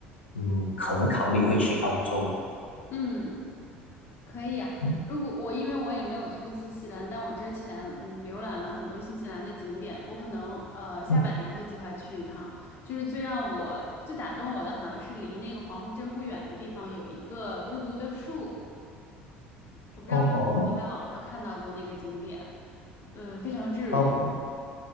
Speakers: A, on the left; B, on the left.
A: 嗯，可能考虑会去澳洲。
B: 嗯，可以啊，
A: 嗯
B: 如果我因为我也没有去过新西兰，但我之前嗯浏览了很多新西兰的景点，我可能呃下半年会计划去一趟。
A: 嗯，
B: 就是最让我最打动我的，好像是离那个皇后镇不远的地方有一个孤独的树，我不知道你有没有在网上看到过那个景点，
A: 哦吼，
B: 呃，非常治愈。
A: 哦，